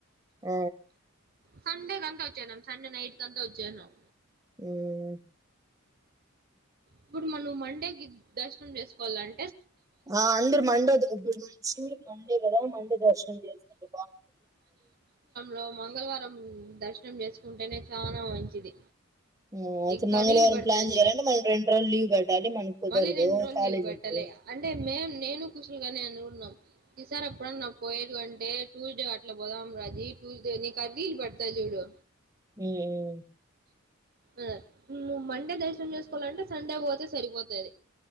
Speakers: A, on the right (about 15°); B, on the right (about 45°).
A: అ
B: సండే కంతా వచ్చేసినాం సండే నైట్ కంతా వచ్చేసినాం
A: హ్మ్
B: ఇప్పుడు మనం మండేకిి దర్శనం చేసుకోవాలం
A: ఆ అందరు మండే ఇప్పుడు శివుడికి మండే కదా మండ దర్శనం చేసుకుంటు
B: లో మంగళవారం దర్శనం చేసుకుంటేనే చాలా మంచిది.
A: ఓ అయితె,
B: ఈ
A: మంగళవారం
B: కర్రీలు పెడతాయి
A: ప్లాన్ చేయ్యాలంటే
B: చూడు
A: మల్లి రెండు రోజులు లీవ్ బెట్టాలి. మనకు కుదరదూ.
B: మళ్ళీ రెండు రోజులు
A: కాలేజ్
B: లీవ్ పెట్టాలి
A: ఉంది.
B: అంటే మేం నేను కుషులుగనే అనుకున్నాం. ఈసారి ఎప్పుడన్న పోయాడు అంటే, టూస్డే అట్ అట్ల పోదాం రాజి ట్యూస్డే నీకు <unintelligible> పెడ్తా చూడు
A: హ్మ్
B: ఆ నువ్ మండే దర్శనం చేస్కోవాలంటే సండే పోతే సరిపోతది